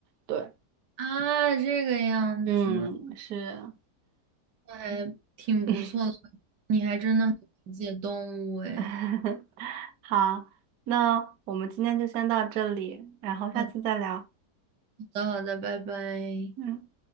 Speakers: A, on the right; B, on the right.
A: 对，
B: 啊，这个样子。
A: 嗯，是。
B: 那还挺不错的，
A: <laughs>
B: 你还真的很了解动物哎。
A: <laughs> 好，那我们今天就先到这里，然后下次再聊。
B: 好的，好的，拜拜。
A: 嗯。